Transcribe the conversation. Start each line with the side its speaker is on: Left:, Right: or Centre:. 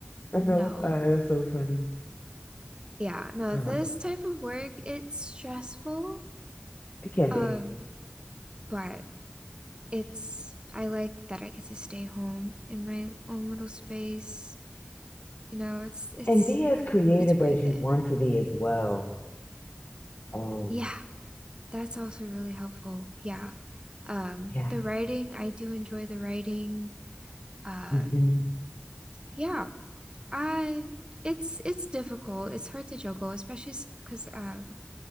Left: I know,
Right: No.
Left: uh, that's so funny.
Right: Yeah, no,
Left: Oh
Right: this
Left: my God.
Right: type of work, it's stressful.
Left: It can
Right: Um,
Left: be.
Right: but it's I like that I get to stay home in my own little space. You know, it's it's
Left: And be as creative
Right: it's worth
Left: as you
Right: it.
Left: want to be as well. Oh,
Right: Yeah, that's also really helpful. Yeah. Um,
Left: yeah.
Right: the writing, I do enjoy the writing. Um,
Left: hmm
Right: yeah, I it's it's difficult. It's hard to juggle, especially because um